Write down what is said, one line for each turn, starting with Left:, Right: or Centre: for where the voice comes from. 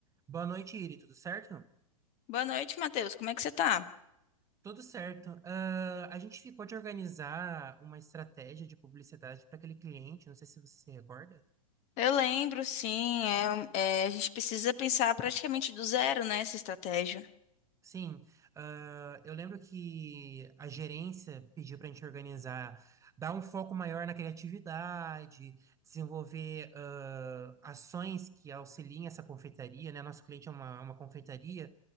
Right: Boa noite, Iri. Tudo certo?
Left: Boa noite, Matheus. Como é que você tá?
Right: Tudo certo. Ah, a gente ficou de organizar uma estratégia de publicidade para aquele cliente, não sei se você se recorda.
Left: Eu lembro, sim. É, é, a gente precisa pensar praticamente do zero, né, essa estratégia.
Right: Sim, ah, eu lembro que a gerência pediu para a gente organizar, dar um foco maior na criatividade, desenvolver ah, ações que auxiliem essa confeitaria, né? Nosso cliente é uma, uma confeitaria.